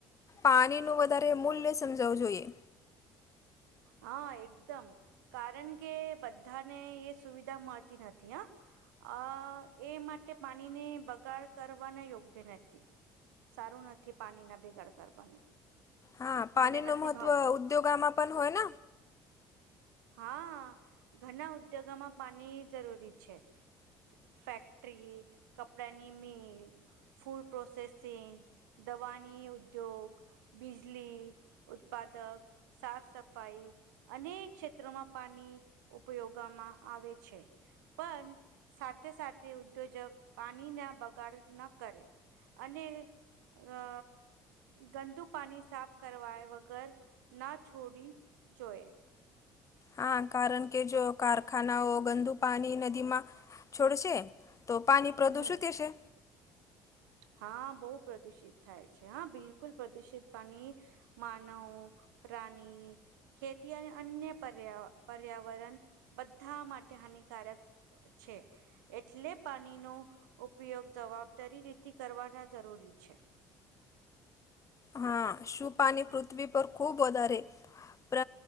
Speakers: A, on the left; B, on the right.
A: પાનીનું વધારે મૂલ્ય સમજાવવું જોઈએ.
B: હહ એકદમ કારન કે બધાને એ સુવિધા મળતી નથી હ અ એ માટે પાનીને બગાડ કરવાના યોગ્ય નથી. સારું નથી પાણીના બીગાડ કરવાનું.
A: હા પાનીનું
B: મને નથી
A: મહત્ત્વ
B: ભાવતું
A: ઉદ્યોગામાં પન હોય ન
B: હા ઘના ઉદ્યોગોમાં પાની જરૂરી છે. ફેક્ટરી, કપડાંની મિલ ફૂડ પ્રોસેસિંગ, દવાની ઉદ્યોગ બિજલી, ઉત્પાદક, સાફસફ ફાઈ અનેક ક્ષેત્રોમાં પાની ઉપયોગામાં આવે છે. પન સાથે સાથે ઉદ્યોજક પાણીના બગાડ ન કરે. અને અ ગંદુ પાની સાફ કરવા વગર ના છોડી જોએ.
A: હા કારણ કે જો કારખાનાઓ ગંદુ પાની નદીમાં છોડશે તો પાની પ્રદુષિત
B: હમ
A: થશે.
B: હા બહુ પ્રદુષિત થાય છે હા બિલકુલ પ્રદુષિત પાની માનવ, પ્રાની ખેતી અને અન્ય પર્યા પર્યાવરણ બધા માટે હાનિકારક છે એટલે પાનીનો ઉપયોગ જવાબદારી રીતે કરવાના જરૂરી છે.
A: હા શું પાની પૃથ્વી પર ખૂબ વધારે પ્ર